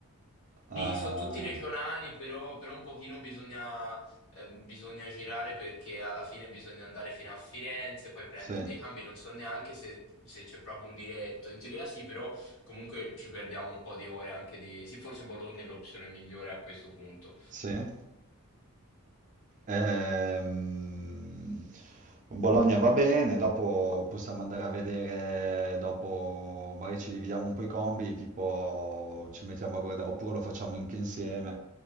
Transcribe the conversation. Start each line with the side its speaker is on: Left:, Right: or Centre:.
Right: Ah,
Left: Sì, sono tutti regionali, però, però un pochino bisogna, eh, bisogna girare perché alla fine bisogna andare fino a Firenze, poi prendere
Right: sì,
Left: dei cambi, non so neanche se, se c'è proprio un diretto. In teoria sì, però comunque ci perdiamo un po' di ore anche di... Sì, forse Bologna è l'opzione migliore a questo punto.
Right: sì. Ehm, Bologna va bene, dopo possiamo andare a vedere, dopo magari ci dividiamo un po' i compiti, tipo ci mettiamo a guardare, oppure lo facciamo anche insieme,